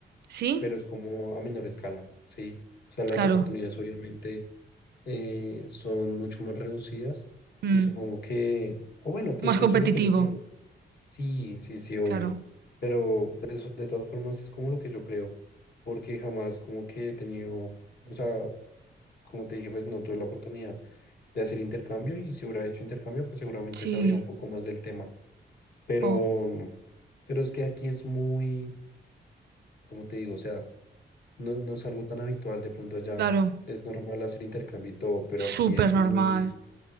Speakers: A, on the right; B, on the left.
A: ¿Sí?
B: pero es como a menor escala, ¿sí? O sea, las
A: Claro.
B: oportunidades obviamente eh, son mucho más reducidas
A: Mm.
B: y supongo que, o bueno, pues
A: Más competitivo.
B: eso es lo que yo creo. Sí, sí, sí, obvio.
A: Claro.
B: Pero de eso, de todas formas es como lo que yo creo, porque jamás como que he tenido, o sea, como te dije, pues no tuve la oportunidad de hacer intercambio y si hubiera hecho intercambio, pues seguramente
A: Sí.
B: sabría un poco más del tema. Pero,
A: Jo.
B: mm, pero es que aquí es muy, como te digo? O sea, no, no es algo tan habitual, de pronto allá
A: Claro.
B: es normal hacer intercambio y todo, pero aquí
A: Súper
B: es muy
A: normal.